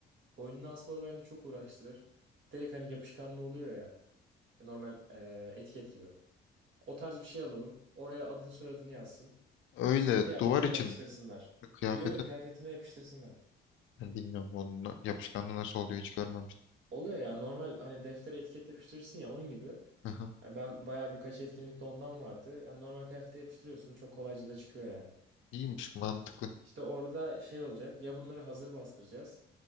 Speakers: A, on the right (about 70°); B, on the left (about 75°).
A: Boynuna asmalı bence çok uğraştırır. Direkt hani yapışkanlı oluyor ya. Normal e, etiket gibi. O tarz bir şey alalım. Oraya adını soyadını yazsın.
B: Öyle
A: Bu kıyafetine
B: duvar için
A: yapıştırsınlar.
B: kıyafetin
A: Yo yo kıyafetine yapıştırsınlar.
B: Yani Bilmiyorum onun yapışkanlığı nasıl oluyor hiç görmemiştim.
A: Oluyor ya normal hani deftere etiket yapıştırırsın ya onun gibi.
B: Aha,
A: Hani ben bayağı birkaç etkinlikte ondan vardı. Hani normal kıyafete yapıştırıyorsun çok kolayca da çıkıyor yani.
B: iyiymiş mantıklı.
A: İşte orada şey olacak ya bunları hazır bastıracağız.